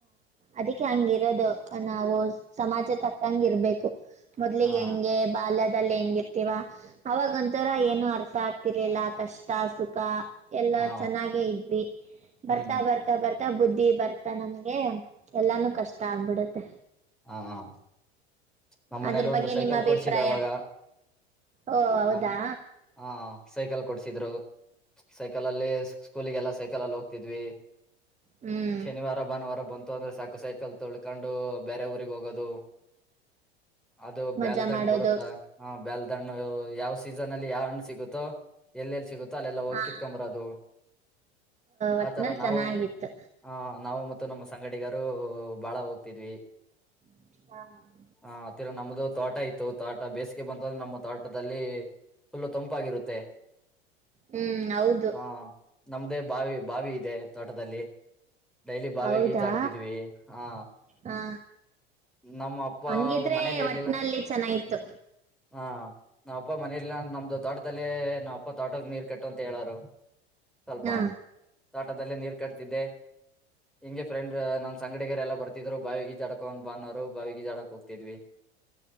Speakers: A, on the right (about 20°); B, in the centre.
A: ಅದಕ್ಕೆ ಹಂಗ ಇರೋದು. ನಾವು ಸಮಾಜ ತಕ್ಕಂಗ ಇರ್ಬೇಕು ಮೊದಲಿಗೆ
B: ಹಾ
A: ಹೆಂಗೆ ಬಾಲ್ಯದಲ್ಲಿ ಹೆಂಗೆ ತೀವ ಅವಾಗ ಒಂಥರ ಏನು ಅರ್ಥ ಆಗ್ತಿರ್ಲಿಲ್ಲ ಕಷ್ಟ ಸುಖ. ಎಲ್ಲಾ
B: ಹಾ
A: ಚೆನ್ನಾಗೆ ಇದ್ವಿ ಬರ್ತಾ
B: ಹ್ಮ್
A: ಬರ್ತಾ ಬರ್ತಾ ಬುದ್ಧಿ ಬರ್ತಾ ನಮಗೆ ಎಲ್ಲಾನು ಕಷ್ಟ ಆಗ್ಬಿಡುತ್ತೆ.
B: ಹ ಹ. ನಮ್ಮ ಮನೇಲಿ
A: ಅದ್ರ
B: ಒಂದು
A: ಬಗ್ಗೆ
B: ಸೈಕಲ್
A: ನಿಮ್ಮ ಅಭಿಪ್ರಾಯ
B: ಕೊಡ್ಸಿದ್ರ ಅವಾಗ
A: ಓ ಹೌದಾ
B: ನಮ್ಮ. ಹಾ ಸೈಕಲ್ ಕೊಡ್ಸಿದ್ರು. ಸೈಕಲ ಅಲ್ಲಿ ಸ್ಕೂಲಿಗೆಲ್ಲಾ ಸೈಕಲ್ ಅಲ್ಲಿ ಹೋಗ್ತಿದ್ವಿ.
A: ಹ್ಮ್
B: ಶನಿವಾರ ಭಾನುವಾರ ಬಂತು ಅಂದ್ರೆ ಸಾಕು ಸೈಕಲ್ ತೊಳ್ಕೊಂಡು ಬೇರೆ ಊರಿಗೆ ಹೋಗೋದು. ಅದು
A: ಮಜಾ
B: ಬ್ಯಾಲ್ದಂಡ್
A: ಮಾಡೋದು
B: ಬರುತ್ತಾ. ಹಾ ಬೆಲ್ದ ಹಣ್ಣು ಯಾವ್ ಸೀಸನ್ ಅಲ್ಲಿ ಯಾವ್ ಹಣ್ಣು ಸಿಗುತ್ತೋ ಎಲ್ಲೆಲ್ಲಿ ಸಿಗೊ ತಾಲ ಎಲ್ಲ ಹೋಗಿ
A: ಹಾ
B: ಕಿತಕೊಂದ ಬರೋದು
A: ಒಟ್ನಲ್ಲಿ
B: ಆತರ ನಾವು.
A: ಚೆನ್ನಾಗಿತ್ತು
B: ಹ ನಾವು ಮತ್ತು ನಮ್ಮ ಸಂಗಡಿಗರು ಬಾಳ ಹೋಗ್ತಿದ್ವಿ.
A: ಹ್.
B: ಹ ತೀರ ನಮ್ದು ತೋಟ ಇತ್ತು ತೋಟ ಬೇಸಿಗೆ ಬಂತಂದ್ರೆ ನಮ್ಮ ತೋಟದಲ್ಲಿ ಫುಲ್ ತಂಪಾಗಿರುತ್ತೆ.
A: ಹ್ಮ್ ಹೌದು
B: ಹಾ ನಮ್ದೇ ಬಾವಿ ಬಾವಿ ಇದೆ ತೋಟದಲ್ಲಿ. ಡೈಲಿ ಬಾವಾಗ
A: ಹೌದಾ
B: ಈಜಾಡ್ತಿದ್ವಿ ಹ
A: ಹಾ
B: ನಮ್ಮ ಅಪ್ಪ
A: ಹಂಗಿದ್ರೆ
B: ಅವರು ಮನೇಲಿ ಇರ್ಲಿಲ್ಲ
A: ಒಟ್ನಲ್ಲಿ
B: ಅನ್-
A: ಚೆನ್ನಾಗಿತ್ತು
B: ಹಾ ನಾವ ಅಪ್ಪ ಮನೇಲಿ ನ ನಮ್ದು ತೋಟದಲ್ಲೇ ನಾವ ಅಪ್ಪ ತೋಟದ ನೀರ್ ಕಟ್ಟು ಅಂತ ಹೇಳೋರು ಸ್ವಲ್ಪ
A: ಹಾ
B: ತೋಟದದಲ್ಲಿ ನೀರ್ ಕಟ್ತಿದ್ದೆ ಹಿಂ ಫ್ರೆಂಡ್ ನ್ಂಗಡಿಗರ ಎಲ್ಲ ಬತಿದ್ರು ಬಾವಿಗಿ ಜಡಕ ಅ ಬಾನರು ಬಾವಿಗಿಜಡಕ ಹೋಗ್ತಿದ್ವಿ